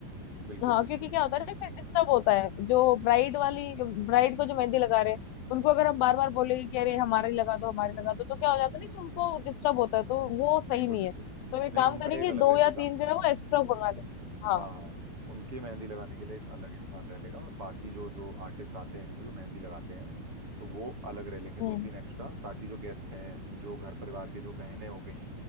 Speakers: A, on the right; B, on the left.
A: बिल्कुल
B: हाँ
A: बिल्कुल
B: क्योंकि क्या होता है ना फिर डिस्टर्ब होता है जो ब्राइड वाली ब्राइड को जो मेहंदी लगा रहे हैं उनको अगर हम बार बार बोलेंगे कि अरे हमारी लगा दो हमारी लगा दो तो क्या हो जाता है ना कि उनको डिस्टर्ब होता है तो वो सही
A: बिल्कुल
B: नहीं
A: बिल्कुल
B: है तो हम एक
A: नहीं
B: काम
A: उनका
B: करेंगे
A: एक
B: दो
A: अलग रह
B: या
A: लेगा
B: तीन जो है वो एक्स्ट्रा मंगा लेंगे
A: हाँ
B: हाँ
A: हाँ हाँ उनके मेहंदी लगाने के लिए एक अलग इंसान रह लेगा और बाकी जो जो आर्टिस्ट आते हैं इनके जो मेहंदी लगाते हैं तो वो अलग रह लेंगे दो
B: हम्म
A: तीन एक्स्ट्रा ताकि जो गेस्ट हैं जो घर परिवार के जो बहनें हो गई